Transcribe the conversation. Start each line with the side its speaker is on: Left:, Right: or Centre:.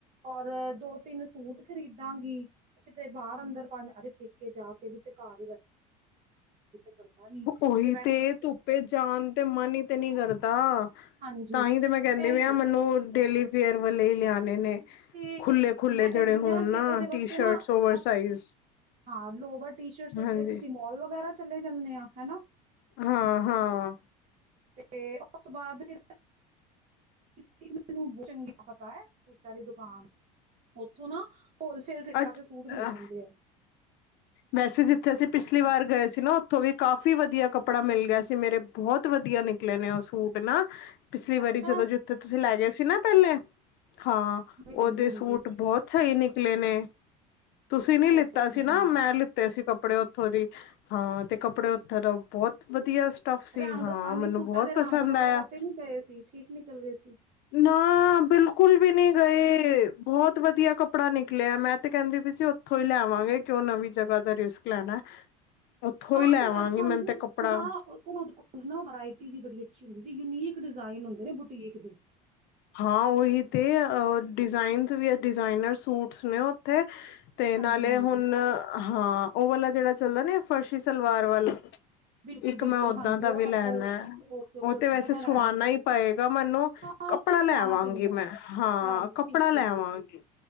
Right: ਔਰ ਦੋ-ਤਿੰਨ ਸੂਟ ਖਰੀਦਾਂਗੀ, ਕਿਤੇ ਬਾਹਰ ਅੰਦਰ ਅਰੇ ਪੇਕੇ ਜਾ ਕੇ ਵੀ ਤੇ ਘਰ ਹੀ <unintelligible>
Left: ਉਹੀ
Right: ਮੈਂ
Left: ਤੇ,
Right: ਟੀ
Left: ਧੁੱਪੇ ਜਾਣ ਤੇ ਮਨ ਹੀ ਤੇ ਨੀ ਕਰਦਾ। ਤਾਂ
Right: ਹਾਂਜੀ
Left: ਤਾਂ ਹੀ ਤੇ ਮੈਂ ਕਹਿੰਦੀ
Right: ਇਹੀ
Left: ਪਈ ਆ ਮੈਨੂੰ ਡੇਲੀ ਫੇਅਰ ਵਾਲੇ ਈ ਲਿਆਣੇ ਨੇ।
Right: ਤੇ
Left: ਖੁੱਲੇ ਖੁੱਲੇ
Right: ਮੈਂ
Left: ਜਿਹੜੇ
Right: ਕਹਿੰਦੀ
Left: ਹੋਣ
Right: ਆਂ ਤੇ
Left: ਨਾ
Right: ਉਹਦੇ ਵਾਸਤੇ
Left: ਟੀ ਸ਼ਰਟਸ
Right: ਨਾ
Left: ਓਵਰ
Right: ਅ
Left: ਸਾਈਜ਼
Right: ਹਾਂ ਲੋਵਰ ਟੀ-ਸ਼ਰਟਸ ਵਾਸਤੇ
Left: ਹਾਂਜੀ
Right: ਕਿਸੇ ਮੋਲ ਵਗੈਰਾ ਚਲੇੇ ਜਾਨੇ ਆ ਹਨਾ।
Left: ਹਾਂ ਹਾਂ
Right: ਤੇ ਉਸ ਤੋਂ ਬਾਅਦ ਫਿਰ ਇਸ ਲਈ ਮੈਨੂੰ ਬਹੁਤ ਚੰਗੀ ਤਰਾਂ ਪਤਾ ਹੈ, ਸੂਟਾਂ ਦੀ ਦੁਕਾਨ ਉੱਥੋਂ ਨਾ ਹੋਲਸੇਲ ਰੇਟਾਂ
Left: ਅੱਛ
Right: ਤੇ ਸੂਟ ਮਿਲ
Left: ਅ
Right: ਜਾਂਦੇ ਐ।
Left: ਵੈਸੇ ਜਿੱਥੇ ਅਸੀਂ ਪਿਛਲੀ ਵਾਰ ਗਏ ਸੀ ਨਾ ਉੱਥੋਂ ਵੀ ਕਾਫ਼ੀ ਵਧੀਆ ਕੱਪੜਾ ਮਿਲ ਗਿਆ ਸੀ, ਮੇਰੇ ਬਹੁਤ ਵਧੀਆ ਨਿਕਲੇ ਨੇ ਉਹ ਸੂਟ ਨਾ। ਪਿਛਲੀ ਵਾਰੀ
Right: ਅੱਛਾ
Left: ਜਦੋਂ ਜਿੱਥੇ ਤੁਸੀਂ ਲੈ ਗਏ ਸੀ ਨਾ ਤੱਲ ਐ। ਹਾਂ, ਉਹਦੇ
Right: ਹਾਂਜੀ ਹਾਂਜੀ
Left: ਸੂਟ ਬਹੁਤ ਸਹੀ ਨਿਕਲੇ ਨੇ। <unintelligible> ਤੁਸੀਂ ਨੀ ਲਿੱਤਾ
Right: ਓਕੇ ਓਕੇ
Left: ਅੱਜ। ਨਾ
Right: ਹਾਂ
Left: ਮੈਂ ਲਿੱਤੇ ਸੀ ਕੱਪੜੇ ਉੱਥੋਂ ਦੀ ਹਾਂ ਤੇ ਕੱਪੜੇ
Right: ਅੱਛਾ
Left: ਉੱਥੇ ਤਾਂ ਬਹੁਤ ਵਧੀਅਸ ਟਫ ਸੀ
Right: ਰੰਗ
Left: ਹਾਂ
Right: ਅ,
Left: ਮੈਨੂੰ
Right: ਨਹੀਂ ਸੂਟਾਂ
Left: ਬਹੁਤ
Right: ਦੇ ਰੰਗ
Left: ਪਸੰਦ
Right: ਵਗੈਰਾ
Left: ਆਇਆ,
Right: ਤੇ ਨਹੀਂ ਗਏ ਸੀ ਠੀਕ ਨਿਕਲ ਗਏ ਸੀ
Left: ਨਾ ਬਿਲਕੁਲ ਵੀ ਨੀ। ਸਹੀ ਬਹੁਤ ਵਧੀਆ ਕੱਪੜਾ ਨਿਕਲਿਆ, ਮੈਂ ਤੇ ਕਹਿੰਦੀ ਵੀ ਸੀ ਉੱਥੋਂ ਹੀ ਲੈ ਆਵਾਂਗੇ। ਕਿਉਂ ਨਵੀਂ ਜਗ੍ਹਾ ਦਾ ਰਿਸਕ ਲੈਣਾ। ਉੱਥੋਂ
Right: ਹਾਂ
Left: ਹੀ ਲੈਵਾਂਗੀ
Right: ਹਾਂਜੀ
Left: ਮੈਨੂੰ ਤੇ ਕੱਪੜਾ
Right: ਹਾਂ ਉਹਦੇ ਕੋਲ ਨਾ ਵਰਾਇਟੀ ਵੀ ਬੜੀ ਅੱਛੀ ਹੁੰਦੀ ਸੀ ਯੂਨੀਕ। ਡਿਜ਼ਾਇਨ ਹੁੰਦੇ ਨੇ ਬੁਟੀਕ ਦੇ।
Left: ਹਾਂ ਉਹੀ ਤੇ ਅ ਡਿਜ਼ਾਈਨਜ਼ ਵੀ ਐ ਡਿਜ਼ਾਈਨਰ ਸੂਟਸ ਨੇ ਉੱਥੇ। ਤੇ
Right: ਹਾਂਜੀ
Left: ਨਾਲੇ
Right: ਹਾਂਜੀ
Left: ਹੁਣ ਆਂ। ਹਾਂ ਉਹ ਵਾਲਾ ਜਿਹੜਾ ਚੱਲਦਾ ਨਾ ਫਰਸ਼ੀ ਸਲਵਾਰ ਵੱਲ-
Right: ਬਿਲਕੁਲ
Left: ਇੱਕ
Right: ਬਿਲਕੁਲ
Left: ਮੈਂ ਓਦਾਂ
Right: ਹਾਂਜੀ
Left: ਦਾ ਵੀ
Right: ਉਹ ਹੈ-
Left: ਲੈਣਾ
Right: ਉਹ
Left: ਐ,
Right: ਓਕੇ ਓਕੇ
Left: ਉਹ
Right: ਓਦਾਂ
Left: ਤੇ ਵੈਸੇ
Right: ਦਾ ਲੈਣਾ
Left: ਸੁਆਣਾ
Right: ਤੁਸੀਂ
Left: ਹੀ ਪਏਗਾ ਮੈਨੂੰ।
Right: ਹਾਂ
Left: ਕੱਪੜਾ
Right: ਉੱਥੇ ਸਵਾਣਾ
Left: ਲੈਵਾਂਗੀ
Right: ਪੈਂਦਾ
Left: ਮੈਂ, ਹਾਂ
Right: ਠੀਕ
Left: ਕੱਪੜਾ
Right: ਠੀਕ ਠੀਕ
Left: ਲੈਵਾਂਗੀ।
Right: ਠੀਕ